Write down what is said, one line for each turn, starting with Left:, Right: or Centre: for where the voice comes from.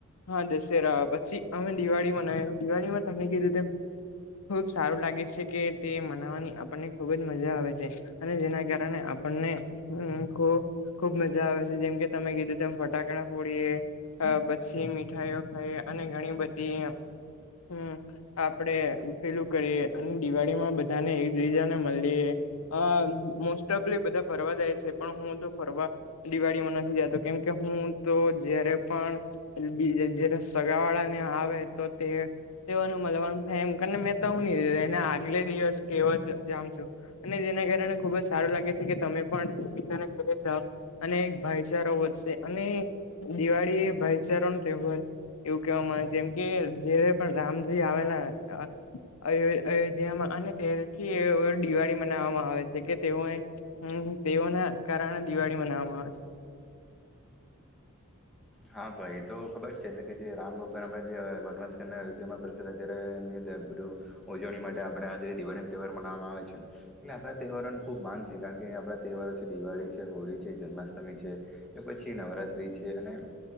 Left: હા દશેરા પછી અમે દિવાળી મનાવીએ દિવાળીમાં તમે કીધું તેમ ખુબ સારું લાગે છે કે તે મનાવાની આપણને ખુબ જ મજા આવે છે. અને જેના કારણે આપણને <unintelligible> ખુબ મજા આવે છે, જેમ કે તમે કીધું તેમ ફટાકડા ફોડીએ. અ પછી મીઠાઈઓ ખાઈ અને ઘણી બધી હું. આપડે પેલું કરીએ અને દિવાળીમાં બધાને એકબીજાને મલીએ. અ મોસ્ટ ઓફલી બધા ફરવા જાય છે. પણ હું તો ફરવા દિવાળીમાં નથી જાતો કેમ કે હું તો જ્યારે પણ એટલે બીજ જ્યારે સગાવાળા ને આવે તો તે તેઓને મલવાનું થાય એમ કરીને મેં તો <unintelligible> એને આગલે દિવસ કે એવો જ જાઉ છુ. અને જેના કારણે ખુબ જ સારું લાગે છે કે તમે પણ એકબીજાના ઘરે જાઓ. અને એક ભાઈચારા વધશે. અને દિવાળી એ ભાઈચારાનો તહેવાર એવું કેહવામા આવે છે જેમ કે જ્યારે પણ રામજી આવેલા હતા અયો અયોધ્યામાં અને ત્યારથી એઓ દિવાળી મના મનાવામાં આવે છે કે તેઓ તેઓના કારણે દિવાળી મનાવામાં આવે છે.
Centre: હા ભાઈ એ તો ખબર છે એટલે કે જે રામ ભગવાન આપણે જે વનવાસ કરનાર અયોધ્યામાં પ્રચલત <unintelligible> બધું ઉજવણી માટે આપણે આજે દિવાળી ન તહેવાર મનાવામાં આવે છે. એટલે આપણા તહેવારોનો ખૂબ માન છે. કારણ કે આપણા તહેવારો છે દિવાળી છે, હોળી છે, જન્માષ્ટમી છે. કે પછી નવરાત્રી છે અને